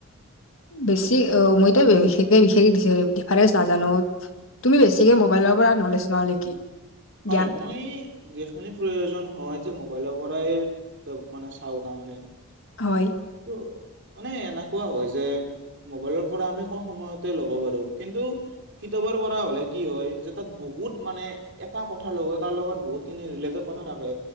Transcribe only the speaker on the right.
হয়
হয়
মই যিখিনি প্ৰয়োজন হয় যে মোবাইলৰ পৰাই এ মানে চাওঁ তাৰমানে।
অহ'। মানে এনেকুৱা হয় যে মোবাইলৰ পৰা আমি কম সময়তে ল'ব পাৰো কিন্তু কিতাপৰ পৰা হ'লে কি হয় যে তাত বহুত মানে এটা কথাৰ লগতে তাৰ লগত বহুতখিনি ৰিলেটেড কথা থাকে,